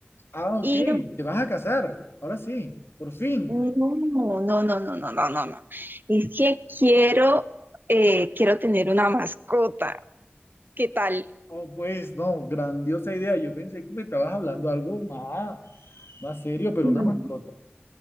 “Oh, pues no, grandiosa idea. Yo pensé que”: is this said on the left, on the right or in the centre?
Left